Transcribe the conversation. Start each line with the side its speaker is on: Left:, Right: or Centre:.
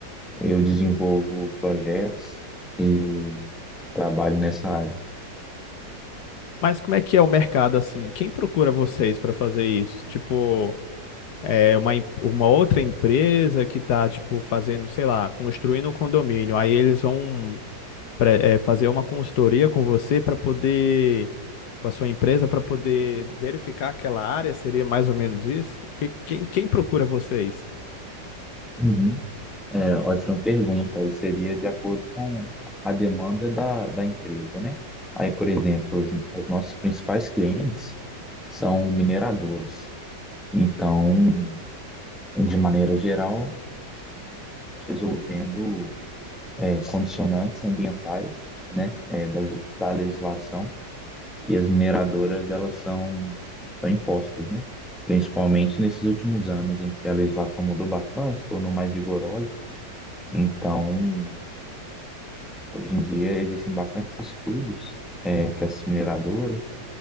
Centre: eu desenvolvo projetos e trabalho nessa área.
Left: Mas como é que é o mercado assim? Quem procura vocês para fazer isso? Tipo, é uma, em- uma outra empresa que tá, tipo, fazendo, sei lá, construindo um condomínio. Aí eles vão pre- é, fazer uma consultoria com você para poder com a sua empresa para poder verificar aquela área? Seria mais ou menos isso? Que- Quem, quem procura vocês?
Centre: Uhum. É, ótima pergunta. Aí seria de acordo com a demanda da, da empresa, né? Aí, por exemplo, os, os nossos principais clientes são mineradoras. Então, de maneira geral, resolvendo é, condicionantes ambientais, né, é, das, da legislação que as mineradoras elas são são impostas, né? Principalmente nesses últimos anos em que a legislação mudou bastante, se tornou mais rigorosa. Então, Hoje em dia existem bastantes estudos é, que as mineradoras